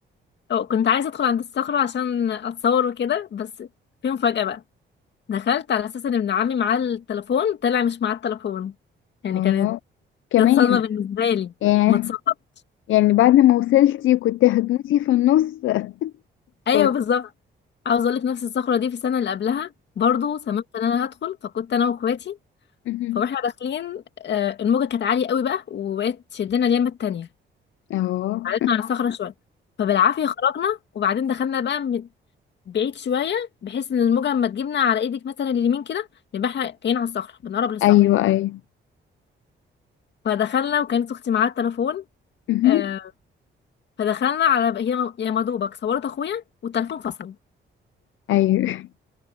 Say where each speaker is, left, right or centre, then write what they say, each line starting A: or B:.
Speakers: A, on the left; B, on the left.
A: كنت عايزه ادخل عند الصخره عشان اتصور وكده بس في مفاجاه بقى دخلت على اساس ان ابن عمي معاه التليفون طلع مش معاه التليفون يعني
B: اه
A: كانت
B: كمان
A: كانت صدمه بالنسبه لي
B: يعني
A: ما اتصورتش
B: يعني بعد ما وصلتي كنت هتموتي في النص <laughs> أفكار.
A: ايوه بالظبط عاوز اقول لك نفس الصخره دي في السنه اللي قبلها برضو سمعت ان انا هدخل فكنت انا واخواتي
B: مهم.
A: فاحنا داخلين آه، الموجه كانت عاليه قوي بقى وبقت تشدنا اليمه التانية
B: اه
A: قعدتنا على الصخره شويه فبالعافيه خرجنا وبعدين دخلنا بقى من بعيد شويه بحيث ان الموجه لما تجيبنا على ايدك مثلا اليمين كده يبقى احنا كاين على الصخره بنقرب للصخره
B: ايوه ايوه
A: فدخلنا وكانت اختي معاها التليفون
B: مهم.
A: آه، فدخلنا على هي يا مدوبك صورت اخويا والتليفون فصل
B: ايوه